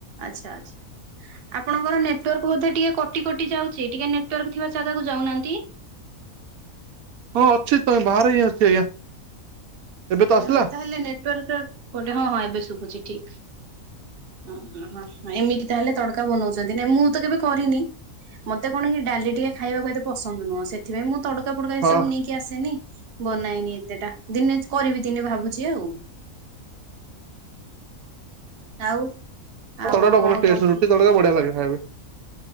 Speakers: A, on the right; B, on the right.
A: ଆଚ୍ଛା ଆଚ୍ଛା। ଆପଣଙ୍କର ନେଟୱାର୍କ ବୋଧେ ଟିକେ କଟି କଟି ଯାଉଛି ଟିକେ ନେଟୱାର୍କ ଥିବା ଜାଗାକୁ ଯାଉନାହାନ୍ତି।
B: ହଁ ଅଛି ତ ବାହାରେ ହିଁ ଅଛି ଆଜ୍ଞା। ଏବେ ତ ଆସିଲା
A: ହ ତାହେଲେ ନେଟୱାର୍କ କୋଟେ ହଁ ହଁ ଏବେ ଶୁଭୁଛି ଠିକ୍। ଓ ହଁ ଏମିତି ତାହେଲେ ତଡକା ବନାଉଛନ୍ତି ନାଇଁ ମୁଁ ତ କେବେ କରିନି। ମତେ କଣ କି ଡାଲି ଟିକେ ଖାଇବାକୁ ଭାରିତ ପସନ୍ଦ ନୁହଁ ସେଥି ସେଥିପାଇଁ ମୁଁ ତଡକା ଫଡକା ଏ
B: ହଁ
A: ସବୁ ନେଇକି ଆସେନି ବନାଏନି ଏତେଟା ଦିନେ କରିବି ଦିନେ ଭାବୁଛି ଆଉ। ଆଉ। ଆଉ
B: ତଡ଼କା
A: କଣ
B: ଭଲ ଟେଷ୍ଟ
A: କହୁଥିଲି
B: ରୁଟି ତଡ଼କା ବଢିଆ ଲାଗେ ଖାଇବାକୁ।